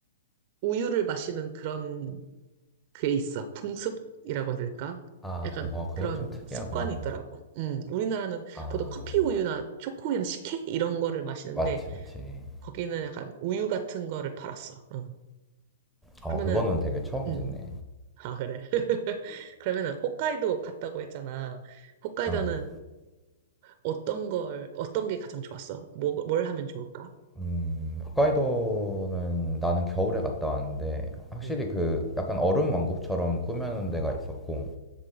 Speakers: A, on the right; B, in the centre.
A: 우유를 마시는 그런 그게 있어. 풍습이라고 해야 될까?
B: 아,
A: 약간
B: 오, 어, 그건
A: 그런
B: 좀 특이하구나.
A: 습관이 있더라고. 음, 우리나라는
B: 아,
A: 보통 커피 우유나 초코우유나 식혜 이런 거를 마시는데
B: 맞지, 맞지.
A: 거기는 약간 우유 같은 거를 팔았어. 어.
B: 어,
A: 그러면은,
B: 그거는 되게 처음
A: 음.
B: 듣네.
A: 아, 그래. <laughs> 그러면은 홋카이도 갔다고 했잖아. 홋카이도는
B: 아,
A: 어떤 걸, 어떤 게 가장 좋았어? 뭐, 뭘 하면 좋을까?
B: 음, 홋카이도는 나는 겨울에 갔다 왔는데 확실히
A: 음.
B: 그 약간 얼음 왕국처럼 꾸며놓은 데가 있었고